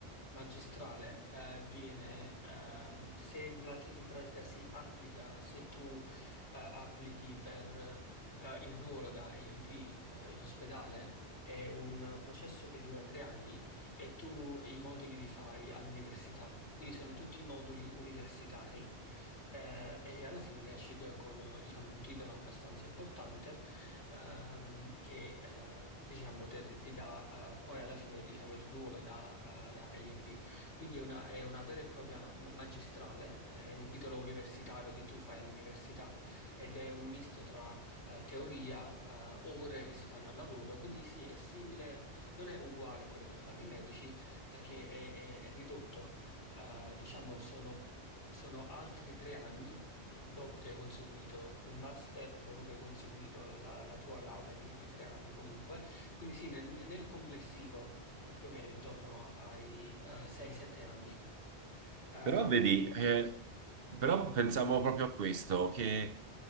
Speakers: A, on the left; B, on the right.
A: magistrale, eh, viene, ehm, se in, prati- in pratica si applica, se tu eh, applichi per eh, il ruolo da AMP eh, in ospedale, è un processo che dura tre anni e tu i moduli li fai all'università, quindi sono tutti moduli universitari. Eh, e alla fine ne esci co- con, eh, diciamo, un titolo abbastanza importante ehm, che eh, diciamo, te- ti dà eh, poi alla fine diciamo, il ruolo da, eh, da AMP. Quindi è una, è una vera e propria ma- magistrale, è un titolo universitario che tu fai all'università ed è un misto tra eh, teoria, eh, ore che si fanno al lavoro, quindi sì, è simile, non è uguale a quello che fanno i medici perché è, è- è ridotto, eh, diciamo sono... Sono altri tre anni dopo che hai conseguito un master, dopo che hai conseguito la, la tua laurea di, di tre anni comunque, quindi sì, nel, nel complessivo eh, più o meno intorno ai 6-7 anni. Ehm,
B: Però vedi, eh, però pensavo proprio a questo, che